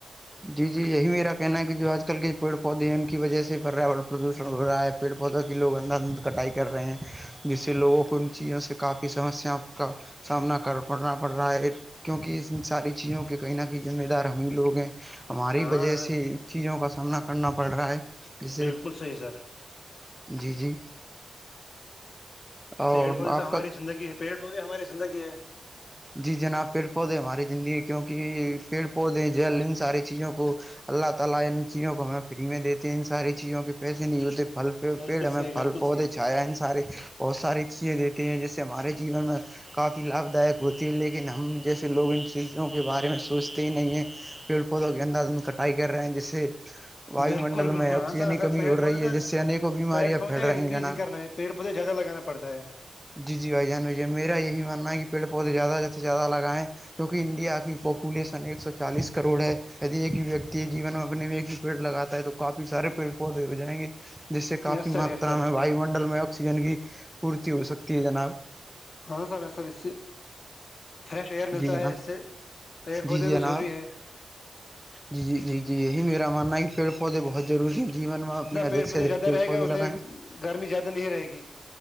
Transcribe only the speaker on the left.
ہاں
ہاں
بالکل صحیح سر
پیڑ پودے
تو ہماری
زندگی ہے پیڑ پودے ہماری زندگی ہے
بالکل
صحیح بالکل
صحیح
بالکل
بالکل
ہاں سر ہاں
سر
پیڑ
پودے
تو
پیڑ پودے
انکریز
ہی کرنا ہے پیڑ پودے زیادہ لگانا پڑتا ہے
یس سر
یس سر
ہاں اس سے فریش ایئر ملتا
ہے اس سے پیڑ پودے
تو ضروری ہے
جتنا
پیڑ پودے
زیادہ
رہے
گا اتنے
گرمی زیادہ نہیں رہے گی